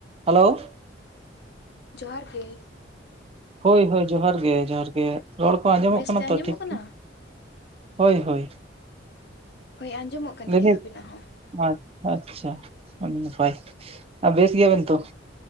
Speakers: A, on the right; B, on the left.
A: ᱦᱮᱞᱳ
B: ᱡᱚᱦᱟᱨ ᱜᱮ
A: ᱦᱳᱭ ᱦᱳᱭ ᱡᱚᱦᱟᱨ ᱜᱮᱮ ᱡᱚᱦᱟᱨ ᱜᱮᱮ ᱨᱚᱲ ᱠᱚ ᱟᱸᱡᱚᱢᱚᱜ
B: ᱵᱮᱥᱛᱮ
A: ᱠᱟᱱᱟ
B: ᱟᱸᱡᱚᱢᱚᱜ
A: ᱛᱚ ᱴᱷᱤᱠ
B: ᱠᱟᱱᱟ
A: ᱜᱮ ᱦᱳᱭ ᱦᱳᱭ
B: ᱦᱳᱭ ᱟᱸᱡᱚᱢᱚᱜ ᱠᱟᱱ
A: ᱞᱟᱹᱭᱫᱟᱹᱧ
B: ᱜᱮᱭᱟ ᱟᱵᱤᱱᱟᱜ ᱦᱚᱸ
A: ᱟᱪᱪᱷᱟ ᱟᱪᱪᱷᱟ ᱟᱹᱰᱤ ᱱᱟᱯᱟᱭ ᱟᱨ ᱵᱮᱥ ᱜᱮᱭᱟᱵᱤᱱ ᱛᱚ